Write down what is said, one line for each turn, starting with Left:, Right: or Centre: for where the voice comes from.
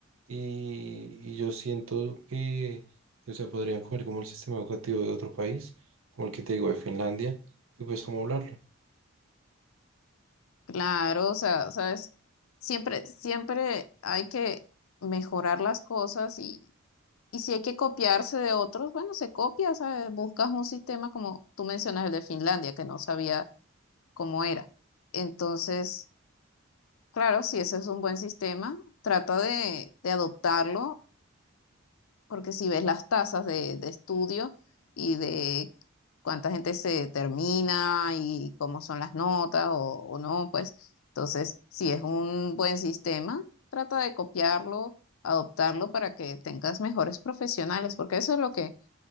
Right: y, y yo siento que, que, o sea, podrían coger como el sistema educativo de otro país, como el que te digo de Finlandia, y pues amoblarlo.
Left: Claro, o sea, sabes, siempre, siempre hay que mejorar las cosas y Y si hay que copiarse de otros, bueno, se copia, ¿sabes? Buscas un sistema como tú mencionas el de Finlandia, que no sabía cómo era. Entonces, claro, si ese es un buen sistema, trata de, de adoptarlo, porque si ves las tasas de, de estudio y de cuánta gente se termina y cómo son las notas o, o no, pues entonces, si es un buen sistema, trata de copiarlo adoptarlo para que tengas mejores profesionales, porque eso es lo que